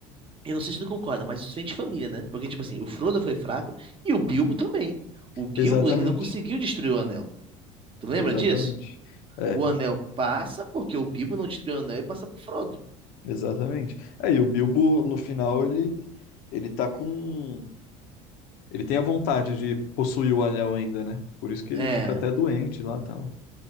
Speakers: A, on the right; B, on the left.
A: Eu não sei se tu concorda, mas isso vem de família, né? Porque, tipo assim, o Frodo foi fraco e o Bilbo também. O Bilbo,
B: Exatamente,
A: ele não conseguiu destruir o anel. Tu lembra
B: exatamente.
A: disso?
B: É,
A: O anel passa porque o Bilbo não destruiu o anel e passa pro Frodo.
B: exatamente. Aí o Bilbo, no final, ele, ele tá com Ele tem a vontade de possuir o anel ainda, né? Por isso que ele
A: É,
B: fica até doente lá e tal.